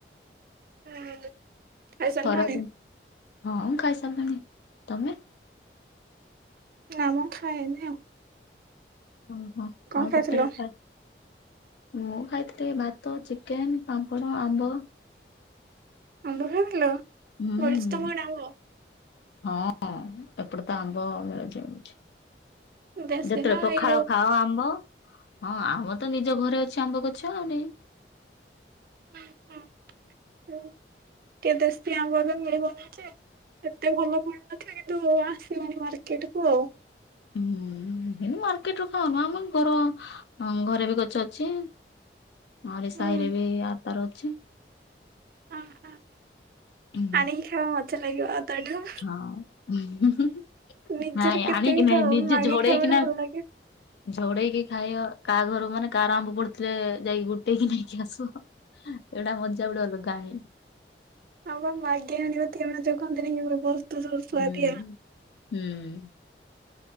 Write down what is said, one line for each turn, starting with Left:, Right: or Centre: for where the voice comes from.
Right: ହେଲୋ ଖାଇ ସାରିଲଣିି
Left: ଖରା ଦିନ ହଁ ଖାଇସାରିଲୁଣି, ତମେ
Right: ନାଇଁ ମୁଁ ଖାଇନି ଆଉ
Left: ଓହୋ
Right: କଣ
Left: ଆଉ
Right: ଖାଇଥିଲ?
Left: କେତେବେଳେ ଖାଅ, ମୁଁ ଖାଇଥିଲି ଭାତ ଚିକେନ, ପାମ୍ପଡ଼, ଆମ୍ବ।
Right: ଆମ୍ବ ଖାଇଥିଲ?
Left: ହୁଁ
Right: ଫଳିଚି ତମ ଆଡେ ଆମ୍ବ?
Left: ହଁ, ଏପଟେ ତ ଆମ୍ବ ମିଳୁଛି, ମିଳୁଛି।
Right: ଦେଶୀ
Left: ଯେତେବେଳେ
Right: ନା
Left: ପଖାଳ
Right: ଏଇ
Left: ଖାଅ ଆମ୍ବ ହଁ, ଆମ ତ ନିଜ ଘରେ ଅଛି ଆମ୍ବ ଗଛ ଆଉ ନେଇ।
Right: ହୁଁ-ହୁଁ-ହୁଁ। ଟିକେ ଦେଶୀ ଆମ୍ବ ଏବେ ମିଳିବନି ଯେ, ଏତେ ଭଲ ମିଳୁନଥିଲା କିନ୍ତୁ ଆସିବଣି ମାର୍କେଟକୁ ଆଉ।
Left: ହୁଁ। କିନ୍ତୁ ମାର୍କେଟରୁ ଖାଉନୁ, ଆମ ଘର ଘରେ ବି ଗଛ ଅଛି, ଆହୁରି
Right: ହୁଁ।
Left: ସାହିରେ ବି ଆର ତାର ଅଛି।
Right: ଅ ହଁ।
Left: ହୁଁ
Right: ଆଣିକି ଖାଇବ ମଜା ଲାଗିବ। ଆଉ ତାଠୁ
Left: ହଁ, ଉଁ-ହୁଁ-ହୁଁ-ହୁଁ।
Right: ନିଜର
Left: ନାଇଁ
Right: କେତେ
Left: ଆଣିକି
Right: ବି
Left: ନାଇଁ
Right: ଥାଉ
Left: ନିଜେ
Right: ମାଗିକି
Left: ଝଡେଇକିନା,
Right: ଖାଇବାଟା ଭଲ ଲାଗେ।
Left: ଝଡେଇକି ଖାଇବା କାହା ଘର ମାନେ କାହାର ଆମ୍ବ ପଡିଥିଲେ ଯାଇକି ଗୋଟେଇକି ନେଇକି ଆସୁ ଆଉ। ଏଇଟା ମଜା ଗୋଟେ ଅଲଗା ହିଁ।
Right: ହଁ ବା, ମାଗି ଆଣିବା ତିଅଣ ଯୋଉ କହନ୍ତିନି କି <unintelligible>
Left: ହୁଁ,
Right: ସୁଆଦିଆ।
Left: ହୁଁ।